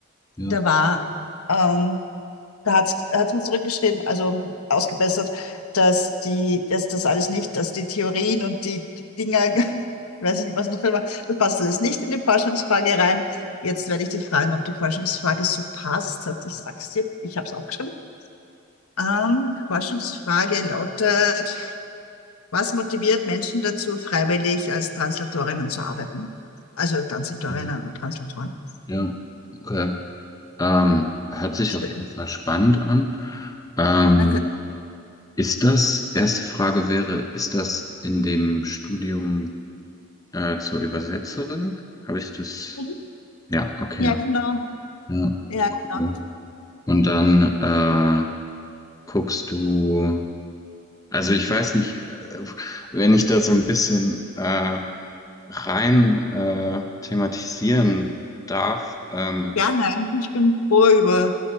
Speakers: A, on the left; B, on the left.
A: Ja,
B: da war ähm, da hat's, hat's mir zurückgeschrieben, also ausgebessert, dass die, dass das alles nicht, dass die Theorien und die Dinger, <laughs> weiß ich nicht, was noch immer, das passt alles nicht in die Forschungsfrage rein. Jetzt werde ich dich fragen, ob die Forschungsfrage so passt. hat. Ich sag's dir, ich habe es auch geschrieben. Ähm, Forschungsfrage lautet, was motiviert Menschen dazu, freiwillig als Translatorinnen zu arbeiten? Also Translatorinnen
A: mhm.
B: und Translatoren.
A: ja, okay. Ähm, hört sich
B: Schön.
A: auf jeden Fall spannend an. Ähm,
B: Danke.
A: ist das, erste Frage wäre, ist das in dem Studium Äh, zur Übersetzerin habe ich das.
B: Mhm.
A: Ja, okay.
B: Ja,
A: Ja,
B: genau.
A: Ja,
B: Ja, genau.
A: cool. Und dann äh, guckst du. Also ich weiß nicht, äh, wenn ich da so ein bisschen äh, rein äh, thematisieren darf. Ähm,
B: Ja, nein, ich bin froh über